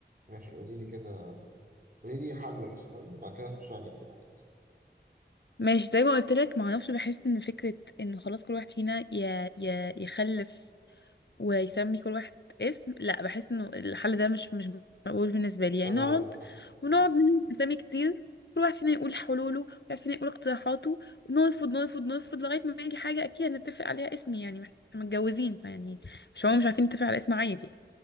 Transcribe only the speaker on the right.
ماشي قولي لي كده قولي لي حل مثلا وبعد كده اخش على الاقتراحات
انا
متفق
جدا